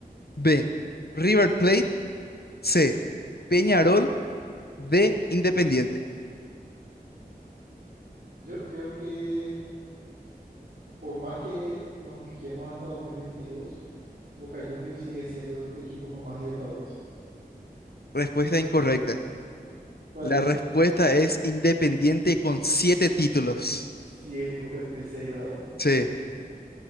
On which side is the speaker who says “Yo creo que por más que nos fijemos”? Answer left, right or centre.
Right